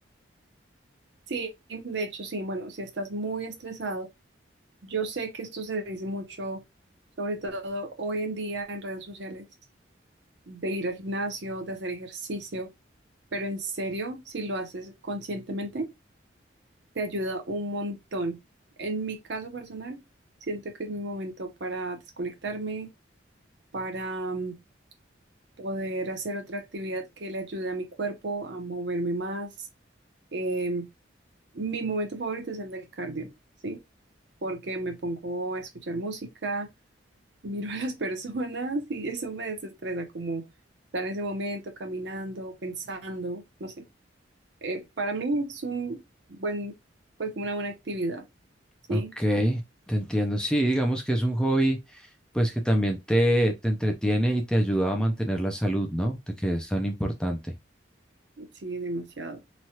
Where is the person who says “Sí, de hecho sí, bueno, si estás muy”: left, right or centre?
Right